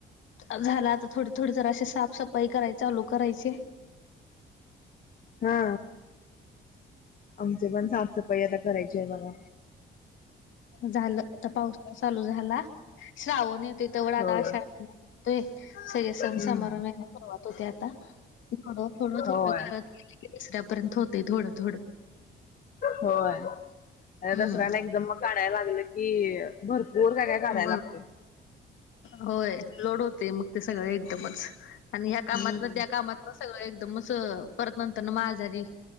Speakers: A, on the left; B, on the left.
A: झालं आता, थोडी थोडी जराशी साफसफाई करायचं चालू करायची.
B: हा.. आमची पण साफसफाई आता करायची आहे बघा.
A: झालं तर पावसा चालू झाला श्रावण येत ते तेवढा आता
B: होय
A: आषाढ सगळे
B: हम्म
A: सण समारंभला सुरुवात होते आता. थोडं थोडं
B: होय
A: थोडं करत गेली कि दुसर्यापर्यंत होतंय थोडं थोडं.
B: होय
A: हम्म
B: दसऱ्याला एकदम मग काढायला लागलं की भरपूर ओर काय काय कराय लागते.
A: मग होय. लोड होते मग ते, सगळं‌ एकदमच. आणि ह्या कामातन
B: हम्म
A: त्या कामातन सगळं एकदमच परत नंतरन मझारी.